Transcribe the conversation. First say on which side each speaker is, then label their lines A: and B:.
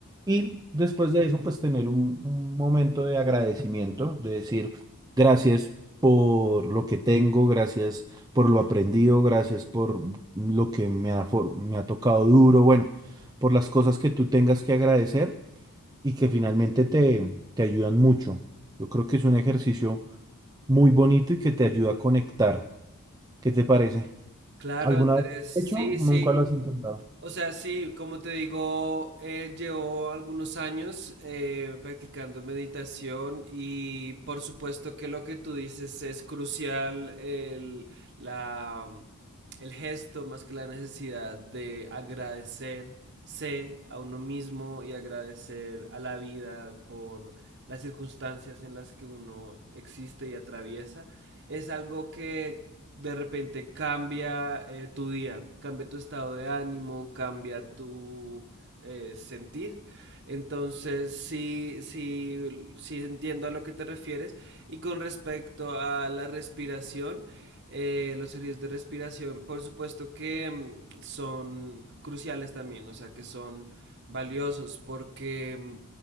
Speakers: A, on the right; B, on the right.
A: Y después de eso, pues tener un, un momento de agradecimiento, de decir gracias por lo que tengo, gracias por lo aprendido, gracias por lo que me ha, for- me ha tocado duro, bueno, por las cosas que tú tengas que agradecer y que finalmente te, te ayudan mucho. Yo creo que es un ejercicio muy bonito y que te ayuda a conectar. ¿Qué te parece?
B: Claro,
A: ¿Alguna
B: Andrés,
A: vez lo has hecho?
B: sí,
A: Nunca
B: sí.
A: lo has intentado.
B: O sea, sí, como te digo, eh, llevo algunos años eh, practicando meditación y por supuesto que lo que tú dices es crucial, el, la, el gesto más que la necesidad de agradecerse a uno mismo y agradecer a la vida por las circunstancias en las que uno existe y atraviesa. Es algo que de repente cambia eh, tu día, cambia tu estado de ánimo, cambia tu eh, sentir. Entonces, sí, sí, sí entiendo a lo que te refieres. Y con respecto a la respiración, eh, los ejercicios de respiración, por supuesto que mm, son cruciales también, o sea, que son valiosos porque mm,